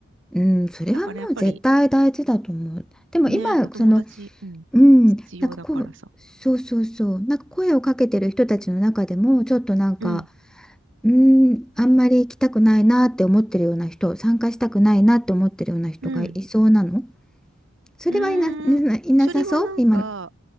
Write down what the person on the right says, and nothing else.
だからやっぱり
ね、お友達、うん、
必要だからさ。
うん、
うん。
う
ーん、
それはなんか、